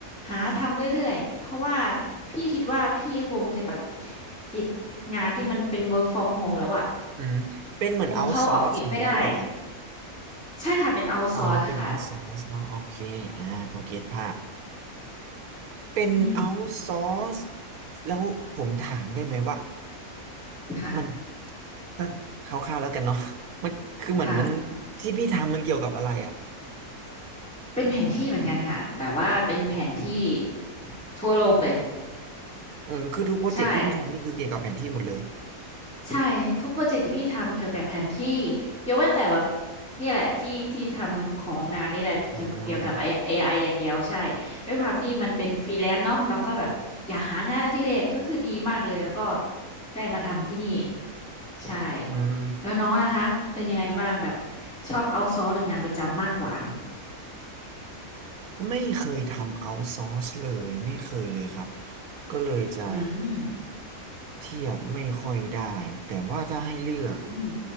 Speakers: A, in the centre; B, on the right (about 80°).
A: หาทำเรื่อยๆเพราะว่าพี่คิดว่าพี่คงจะแบบติดงานที่มันเป็น work from home แล้วอะ
B: อืมเป็นเหมือนเอาซอร์สอย่างนี้หรือเปล่าครับ
A: คงเข้าออฟฟิศไม่ได้ใช่ค่ะเป็นเอาซอร์สค่ะ
B: อ๋อเป็น o u t ซอร์สเนอะโอเคอ่าพอเก็ตภาพเป็นเอาซอร์ส
A: อืม
B: แล้วผมถามได้ไหมว่า
A: ค่ะ
B: มัน ถ้าคร่าวๆแล้วกันเนาะ <laughs> มันคือเหมือนมัน
A: ค่ะ
B: ที่พี่ทำมันเกี่ยวกับอะไรอ่ะ
A: เป็นแผนที่เหมือนกันค่ะแต่ว่าเป็นแผนที่ทั่วโลกเลย
B: อืมคือทุกโปรเจกต์ที่พี่ทำนี่คือเกี่ยวกับแผนที่หมดเลย
A: ใช่ ใช่ทุกโปรเจกต์ที่พี่ทำเกี่ยวกับแผนที่ยกเว้นแต่แบบนี่แหละที่ที่ทำของงานนี่แหละเกี่ยวเกี่ยวกับ
B: อืม
A: AI อไออย่างเดียวใช่ด้วยความที่มันเป็นฟรีแลนซ์เนาะเราก็แบบอยากหางานอดิเรกก็คือดีมากเลยแล้วก็ได้มาทำที่นี่ใช่
B: อืม
A: แล้วน้องนะคะเป็นยังไงบ้างแบบชอบเอาซอหรืองานประจำมากกว่า
B: ไม่เคยทำเอาท์ซอร์สเลยไม่เคยเลยครับก็เลยจะ
A: อืม
B: เทียบไม่ค่อยได้แต่ว่าถ้าให้เลือก
A: อืม